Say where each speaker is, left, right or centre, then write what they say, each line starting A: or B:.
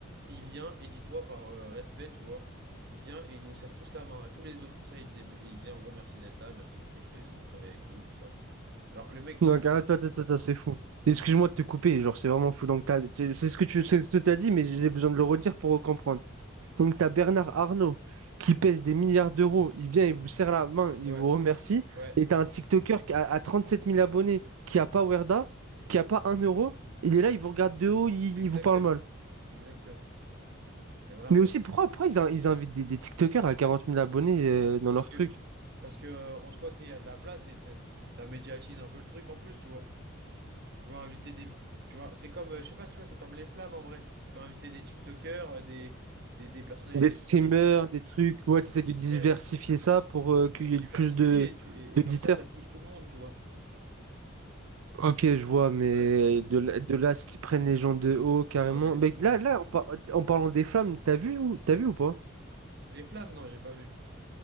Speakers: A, on the right; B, on the right.
A: Il vient, et dis-toi par euh, respect, tu vois, il vient et il nous serre tous la main, à tous les autres, tout ça, il disait, mais- il disait en gros merci d'être là, merci de truc, de, de travailler avec nous, tout ça. Alors que le mec, tu
B: Donc attends, attends, attends, attends, c'est fou. Excuse-moi de te couper, genre c'est vraiment fou. Donc t'as- t'es- c'est ce que tu, c'est ce que t'as dit, mais j'ai besoin de le redire pour comprendre. Donc, tu as Bernard Arnault qui pèse des milliards d'euros. Il vient, il vous serre la main, il
A: Ouais,
B: vous remercie.
A: ouais,
B: Et tu as un TikToker qui a, à 37 000 abonnés qui n'a pas Werda, qui n'a pas un euro. Il est là, il vous regarde de haut, il,
A: exactement.
B: il vous parle mal.
A: Exactement. Et vraiment.
B: Mais aussi, pourquoi, pourquoi ils, in- ils invitent des, des TikTokers à 40 000 abonnés euh, dans
A: Parce
B: leur
A: que,
B: truc?
A: parce que euh, en soi, tu sais, il y a de la place et c'est- ça médiatise un peu le truc en plus, tu vois. Tu vas inviter des. Tu vois, c'est comme, euh, je sais pas si tu vois, c'est comme les flammes en vrai. Tu vas inviter des TikTokers, euh, des, des, des personnalités
B: Des streamers,
A: publiques.
B: des trucs. Ouais, tu essaies de diversifier
A: Ouais.
B: ça pour euh, qu'il
A: Tu
B: y
A: diversifies
B: ait plus de
A: et, tu, et,
B: d'auditeurs.
A: et comme ça, ça touche tout le monde, tu vois.
B: Ok, je vois, mais
A: Ouais.
B: de, là- de là, ce qu'ils prennent les gens de haut, carrément.
A: Non, mais laisse
B: Mais
A: tomber.
B: là, là, en, par- en parlant des flammes, t'as vu, ou- t'as vu ou pas?
A: Les flammes, non, j'ai pas vu.